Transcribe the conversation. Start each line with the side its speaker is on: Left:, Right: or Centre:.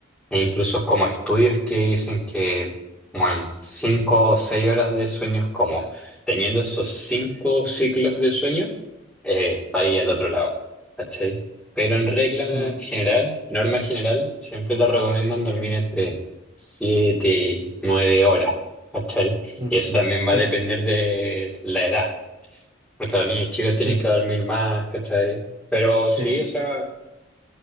Centre: e incluso como estudios que dicen que, bueno, 5 o 6 horas de sueño es como teniendo esos 5 ciclos de sueño, eh, está ahí al otro lado, ¿cachai? Pero en regla
Right: Mm,
Centre: general, norma general, siempre te recomiendan dormir entre 7 y 9 horas, ¿cachai?
Right: mm.
Centre: Y eso también va
Right: Sí,
Centre: a depender de la edad. Porque las niñas chicas tienen
Right: sí,
Centre: que dormir más, ¿cachai? Pero sí,
Right: sí,
Centre: o sea,